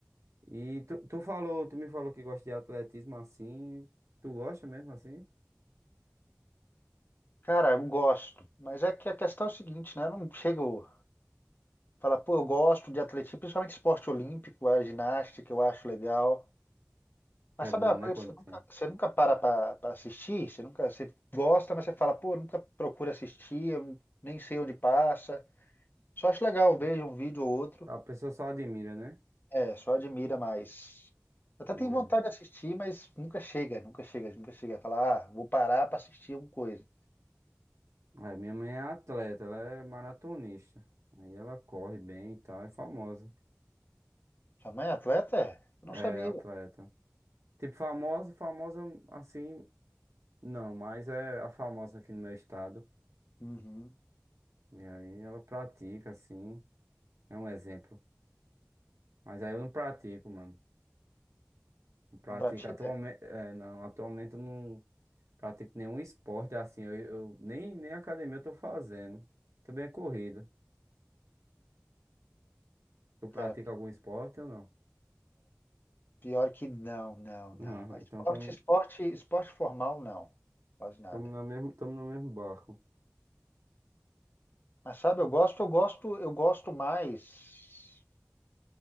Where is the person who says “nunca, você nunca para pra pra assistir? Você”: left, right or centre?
Left